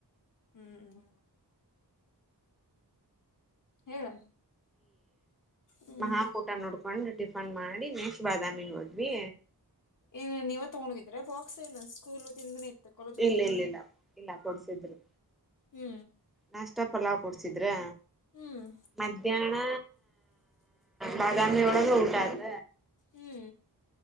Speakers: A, on the left; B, in the centre.
A: ಹ್ಮ್ ಹೇಳ ಹ್ಮ್
B: ಮಹಾಕೂಟ ನೋಡ್ಕೊಂಡ್ ಟಿಫನ್ ಮಾಡಿ ಡಿ ನೆಕ್ಸ್ಟ್ ಬಾದಾಮಿ ಹೋದ್ವಿ
A: ಏ ನೀವ ತಗೊಂಡುದಿದ್ರೆ ಬಾಕ್ಸ್ ಏನು ಸ್ಕೂಲ್ ವತಿ ಇಂದಾನೆ ಇ ತಾ ಕಾಲೇಜ್ವತಿ
B: ಇಲ್ಲ
A: ಇಂದ
B: ಇಲ್ಲ ಇಲ್ಲ ಇಲ್ಲ ಕೊಡ್ಸಿದ್ರು
A: ನೇ ಹೂ
B: ನಾಷ್ಟ ಪಲಾವ್ ಕೊಡ್ಸಿದ್ರ
A: ಹ್ಮ್
B: ಮಧ್ಯಾಹ್ನ ಬಾದಾಮಿವೋಳಗ ಊಟ ಆತ್
A: ಹ್ಮ್